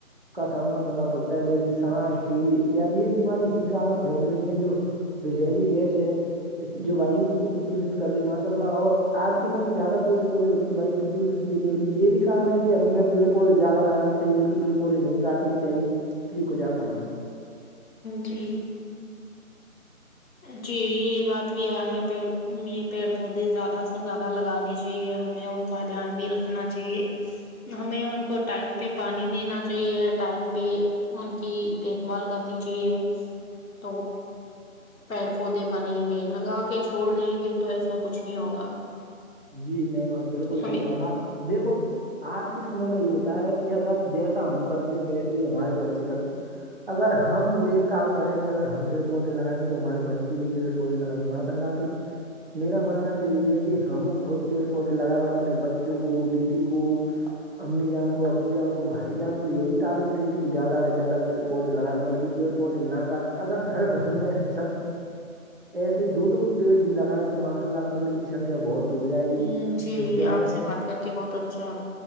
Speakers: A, on the right; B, on the left.
A: کا سامنا کرنا پڑتا ہے جیسے سانس ٹی وی اتیاد یہ بیماری اسی کارن پھیل رہی ہے جو بی سیلی گس ہے جو واو کو پردوشت کر رہی ہے ماشاء اللہ اور آج کے سمے میں زیادہ پڑ پودے ہوتے تو بھائی پردوشت بھی نہیں ہوتی یہ بھی کن ہے کہ ہم میں پیڑ پودے زیادہ لگانے چاہیے بلکہ پیڑ پودے نہیں کاٹنے چاہے کچھپ پرم
B: جی جی یہ بات بھی ہے ہمیں پیڑ پیڑ پودے زیادہ سے زیادہ لگانے چاہیے ہمیں کا دھیان بھی رکھنا چاہیے ہمیں ان کو ٹائم پہ پانی دینا چاہیے ٹائم پہ ان کی دیک دیکھ بال کرنی چاہیے تو پیڑ پودے بنیں گے لگا کے چھوڑ دیں گے تو ایسا کچھ نہیں ہوگا
A: جی میں وہاں بالکل
B: ہمیں
A: صحیح پرما دیکھو آج کے سمے میں یہ ہوتا ہے کہ اگر جیسا ہم کرتے ویسے ہی ہمارے بچے کرتے اگر ہم ل کام کریں گے اگر ہم پیڑ پودے لگیں گے تو ہمے بچے بھی پیڑ پودے لگائیںے ماشا اللہ تو میرا ماننا تو یہی ہے کہ ہم خود پیڑ پودے لگائے اور اپنے بچوں کو بی بیی کو امی جان کو ابو جان کو بھائی جان کو یہی تعالیف دے کہ زیادہ سے زیادہ پیڑ پودے لگائیں بلکہ پیڑ پودے نہ کاٹے اگر ہر گھر میں سب ایسے ہی دو پڑ بھی لگائےیں تو ماشاء اللہ پیڑوں کی سکھیا بہت ہو جائے گی
B: ہاں جی
A: جس ہمیں
B: آپ سے بات کر کے بہت اچھا